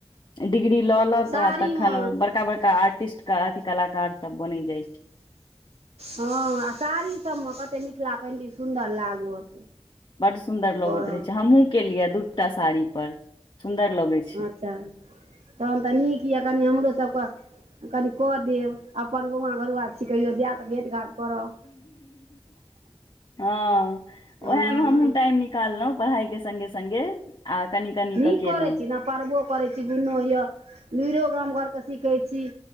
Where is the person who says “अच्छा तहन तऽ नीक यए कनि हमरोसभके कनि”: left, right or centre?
Right